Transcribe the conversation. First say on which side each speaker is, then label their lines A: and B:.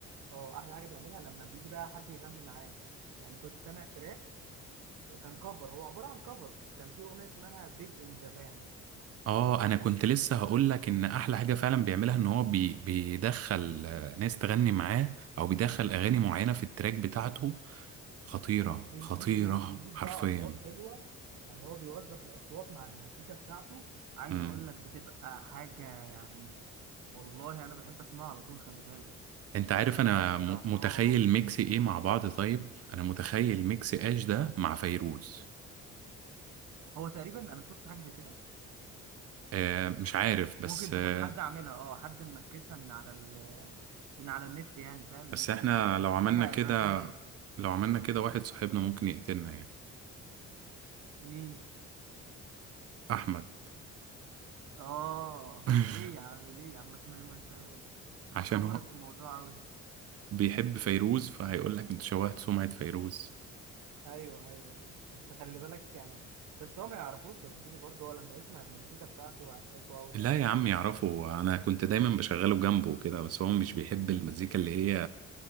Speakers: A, on the right; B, on the right.
A: اه احلى حاجه بيعملها لما بيجي بقى حد يغني معاه يعني كنت سامع تراك كان كفر هو عباره عن كفر كان في اغنيه اسمها بيج ان جابان
B: اه انا كنت لسه هقول لك ان احلى حاجه فعلا بيعملها ان هو بي بيدخل آه، ناس تغني معاه او بيدخل
A: ايوه
B: اغاني معينه في التراك بتاعته خطيره
A: بيجيب
B: خطيره
A: بي- بيجيب
B: حرفيا
A: بقى اصوات حلوه يعني هو بيوظف الاصوات مع المزيكا بتاعته عايز
B: مم.
A: اقول لك بتبقى حاجه يعني والله انا بحب اسمعها على طول خلي بالك
B: انت عارف
A: بيهدي
B: انا م-
A: الاعصاب
B: متخيل ميكس ايه مع بعض طيب انا متخيل ميكس اش ده مع فيروز
A: هو تقريبا انا شفت حاجه زي كده
B: آه مش عارف بس
A: ممكن تكون
B: آه
A: حد عاملها اه حد مركزها من على ال من على النت يعني فاهم مش
B: بس احنا
A: مش مش
B: لو عملنا
A: حاجه
B: كده
A: رسميه
B: لو عملنا كده واحد صاحبنا ممكن يقتلنا يعني
A: مين
B: احمد
A: اه
B: <laughs>
A: ليه يا عم ليه يا عم مش ما انت
B: عشان
A: مكبر
B: هو
A: الموضوع قوي
B: بيحب فيروز فهيقول لك انت شوهت سمعة فيروز
A: ايوه ايوه أيوة. انت خلي بالك يعني بس هو ما يعرفوش يا زميلي برضه هو لما يسمع المزيكا بتاعته هيحبه قوي
B: لا يا عم يعرفه انا كنت دايما بشغله جنبه كده بس هو مش بيحب المزيكا اللي هي